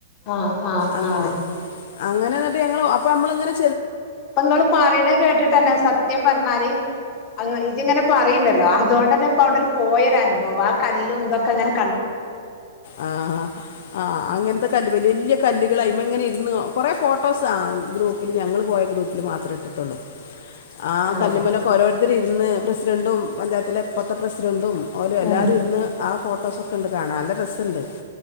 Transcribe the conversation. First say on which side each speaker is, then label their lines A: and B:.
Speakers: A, on the left; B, on the left.
A: ആഹ് ആഹ്
B: അങ്ങനെ
A: ആഹ് ആഹ്
B: അങ്ങനെ എന്നിട്ട് ഞങ്ങ അപ്പൊ നമ്മൾ ഇങ്ങനെ
A: അപ്പ നിങ്ങള് പറയണ കേട്ടിട്ട് തന്നെ സത്യം പറഞ്ഞാല് ഇതിങ്ങനെ പറയണ്ടല്ലോ അതുകൊണ്ട് തന്നെപ്പൊ അവിടെ ഒരു പോയൊരു അനുഭവാ. ആ കല്ലും ഇന്തൊക്കെ അങ്ങനെ
B: ആ ആ അങ്ങനെ ത്തെ കല്ലുമേല് വലിയ കല്ലുകൾ അതിൻ മേല് ഇങ്ങനെ ഇരുന്ന് കുറെ ഫോട്ടോസ് ആ ഗ്രൂപ്പിൽ ഞങ്ങൾ പോയ ഗ്രൂപ്പിൽ മാത്രം ഇ <inaudible>
A: <inaudible>
B: ആ
A: ആഹ്
B: കല്ലുമേലൊക്കെ ഓരോരു ഇതി ഇരുന്ന് പ്രസിഡന്റും പഞ്ചായത്തിലെ ഇപ്പഴത്തെ പ്രസിഡന്റും ഓലും എല്ലാവരും
A: ഉം
B: ഇരുന്ന് ആ ഫോട്ടോസ് ഒക്കെ ണ്ട്. കാണാൻ നല്ല രസുണ്ട്